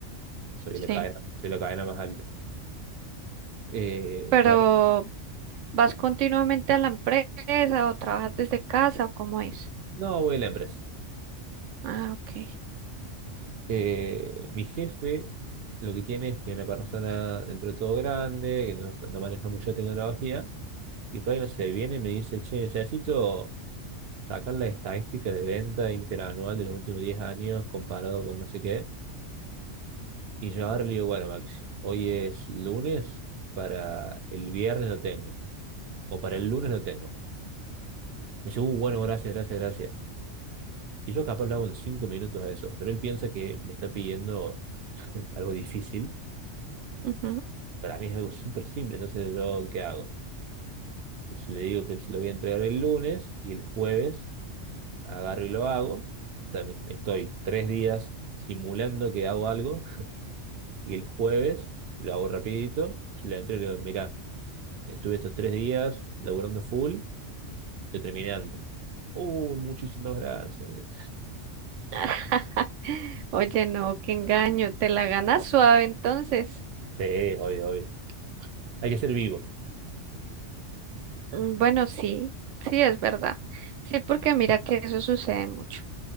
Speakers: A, on the right; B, on the right.
A: soy
B: Sí.
A: la cadena, soy la cadena más alta. Eh,
B: Pero
A: por ahí,
B: ¿vas continuamente a la empresa o trabajas desde casa o cómo es?
A: no voy a la empresa.
B: Ah, ok.
A: Eh, mi jefe lo que tiene es que es una persona dentro de todo grande, que no, no maneja mucho la tecnología, y por ahí no sé, viene y me dice, che, necesito sacar las estadísticas de venta interanual de los últimos 10 años comparado con no sé qué. Y yo ahora le digo, bueno, Max, hoy es lunes, para el viernes no tengo, o para el lunes no tengo. Me dice, uh, bueno, gracias, gracias, gracias. Y yo capaz lo hago en cinco minutos a eso, pero él piensa que me está pidiendo algo difícil.
B: Ujú.
A: Para mí es algo súper simple, entonces yo, ¿qué hago? Pues le digo que se lo voy a entregar el lunes y el jueves agarro y lo hago. O sea, me- estoy tres días simulando que hago algo <laughs> y el jueves lo hago rapidito, se lo entrego y le digo, mira, estuve estos tres días laburando full, yo terminé antes. Uy, muchísimas gracias. me dice.
B: <laughs> Oye, no, qué engaño. Te la ganas suave entonces.
A: Sí, obvio, obvio. Hay que ser vivo,
B: Mm, Bueno, sí, sí es verdad. Sí, porque mira que eso sucede mucho.